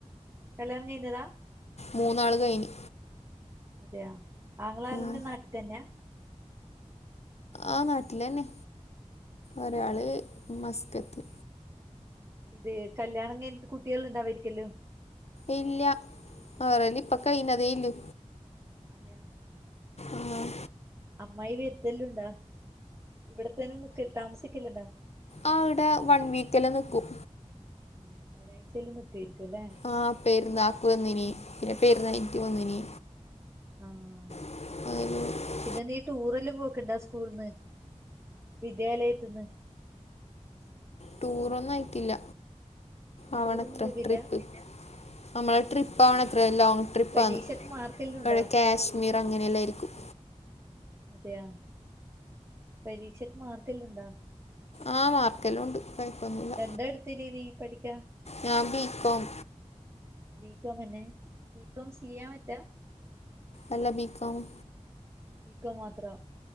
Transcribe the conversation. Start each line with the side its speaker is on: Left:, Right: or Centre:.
Right: കല്യാണം കഴിഞ്ഞതാ
Left: മൂന്നാള് കഴിഞ്ഞ്
Right: അതെയ ആങ്ങളാരല്ലാം
Left: ഉം.
Right: നാട്ടി തന്നെയാ
Left: ആ നാട്ടിലെന്നെ ഒരാള് മസ്‌കറ്റ്
Right: ഇത് കല്യാണം കഴിഞ്ഞിട്ട് കുട്ട്യാള്ണ്ടാവെര്ക്കെല്ലു
Left: ഇല്ല്യ ഒരൊന്നിപ്പൊ കൈഞതേ ഇല്ലു
Right: അതെയാ ആ
Left: ആഹ്
Right: അമ്മായി വെര്ത്തലുണ്ടാ ഇബട്ത്തന്നെ നിക താമസിക്കല്ണ്ടാ
Left: ആ ഇവ്ടെ വൺ വീക്കല്ലാ ന്ന്ക്കും
Right: ആഹ് ഒരാഴയ്ചല്ലാം ന്ന്ക്കയ്ര്ക്കും ലെ
Left: ആ പെര്ന്നാക്ക് വന്നീനീ പെര്ന്ന്യാഴിഞ്ഞിട്ട് വന്നീനീ
Right: ആഹ്
Left: <unintelligible>
Right: പിന്നെ നീ ടൂറല്ലാം പോക്ണ്ടാ സ്കൂൾന്ന്. വിദ്യാലയത്ത്ന്ന്
Left: ടൂറൊന്നുഅയ്ക്കില്ല ആവണത്ര
Right: ടൂറൊന്നും പോകില്ല
Left: ത്രിപ്പ് നമ്മളെ ട്രിപ്പാവണത്രെ ലോങ്ങ് ട്രിപ്പാന്ന്
Right: പരീക്ഷക്ക് മാർക്കെല്ലാം ഉണ്ടാ
Left: ഒവ്ടെ ക്യാശ്മീറങ്ങനെല്ലെരിക്കും
Right: അതെയ പരീക്ഷക്ക് മാർക്കെല്ലും ണ്ടാ
Left: ആ മാർക്കെല്ലോംണ്ട് കൊയ്പ്പൊന്നുല്ല
Right: എന്താ എടുത്തിന് നീ പഠിക്കാ
Left: ഞാബിക്കോം
Right: ബികോമെന്നെ ബികോം സി യാ മറ്റ
Left: അല്ല ബിക്കോമ്
Right: ബി കോം മാത്ര